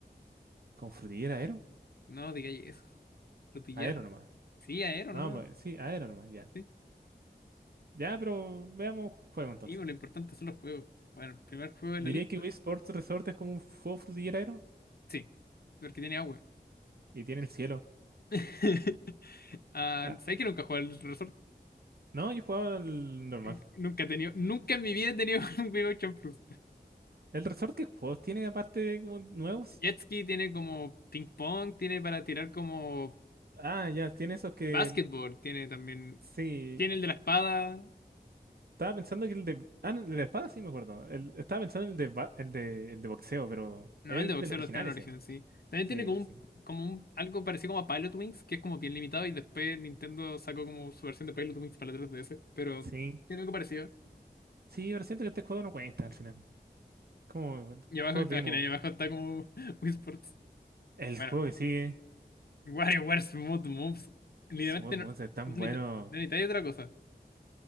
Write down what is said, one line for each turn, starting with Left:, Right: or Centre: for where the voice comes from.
Right: con frutillera aero,
Left: no digáis eso. Rotillar.
Right: aero nomás.
Left: Sí, Aero
Right: No,
Left: nomás.
Right: pues sí, aero nomás, ya.
Left: Sí,
Right: Ya, pero veamos fuego entonces.
Left: sí, po, lo importante son los juegos. Bueno, el primer juego de
Right: Diría
Left: la lista.
Right: que Wii Sports Resort es como un juego frutillero aero
Left: Sí, porque tiene agua.
Right: y tiene el cielo.
Left: <laughs> Ah,
Right: Ah,
Left: ¿sabes que nunca jugué al Resort?
Right: no, yo jugaba el normal.
Left: Eh, Nunca he tenido, nunca en mi vida he tenido <laughs> un Wii Motion Plus.
Right: ¿El resort qué juegos tiene aparte de como nuevos?
Left: Jet Ski tiene como ping pong, tiene para tirar como
Right: Ah, ya, tiene esos que.
Left: Basketball tiene también.
Right: Sí.
Left: Tiene el de la espada.
Right: Estaba pensando que el de. Ah, no, el de espada sí me acuerdo. El- estaba pensando en el de, ba- el de, el de boxeo, pero.
Left: No,
Right: es
Left: el de
Right: El
Left: boxeo
Right: del original
Left: no está en el
Right: ese.
Left: original, sí. También
Right: Sí,
Left: tiene como
Right: sí,
Left: un,
Right: sí.
Left: como un, algo parecido como a Pilot Wings, que es como bien limitado, y después Nintendo sacó como su versión de Pilot Wings para la 3DS, pero
Right: Sí,
Left: tiene algo parecido.
Right: sí, pero siento que este juego no cuenta al final. Como el
Left: Y abajo,
Right: juego
Left: te
Right: demo.
Left: imaginas, y abajo está como <laughs> Wii Sports.
Right: El
Left: Bueno,
Right: juego que sigue.
Left: WarioWare Smooth Moves. Literalmente
Right: Smooth
Left: no,
Right: Monster es tan
Left: no
Right: bueno.
Left: necesita- no necesitáis otra cosa.